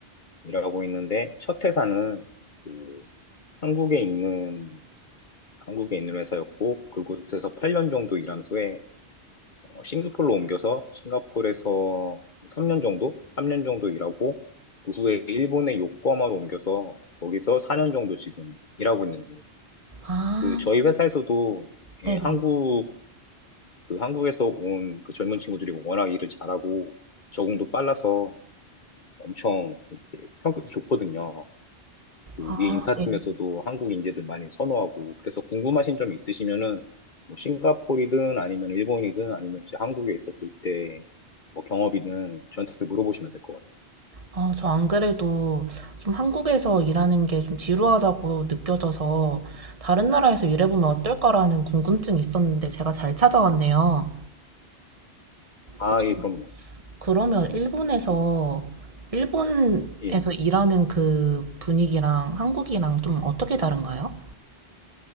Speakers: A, on the left; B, on the right.
A: 일하고 있는데, 첫 회사는 그 한국에 있는, 한국에 있는 회사였고, 그곳에서 8년 정도 일한 후에 어, 싱가포르로 옮겨서 싱가포르에서 3년 정도? 3년 정도 일하고, 그 후에 일본의 요코하마로 옮겨서 거기서 4년 정도 지금 일하고 있는 중이에요.
B: 아,
A: 그 저희 회사에서도
B: 네네.
A: 예, 한국 그 한국에서 온 그 젊은 친구들이 워낙 일을 잘하고 적응도 빨라서 엄청 이렇게 평가도 좋거든요. 그
B: 아,
A: 위에 인사팀에서도
B: 네.
A: 한국 인재들 많이 선호하고 그래서 궁금하신 점 있으시면은 뭐 싱가포르이든 아니면 일본이든 아니면 이제 한국에 있었을 때 뭐 경험이든 저한테 물어보시면 될 것 같아요.
B: 아, 저 안 그래도 좀 한국에서 일하는 게 좀 지루하다고 느껴져서 다른 나라에서 일해보면
A: 음.
B: 어떨까라는 궁금증이 있었는데 제가 잘 찾아왔네요.
A: 아,
B: 혹시
A: 예, 그럼요.
B: 그러면 일본에서 일본에서
A: 예.
B: 일하는 그 분위기랑 한국이랑 좀 어떻게 다른가요?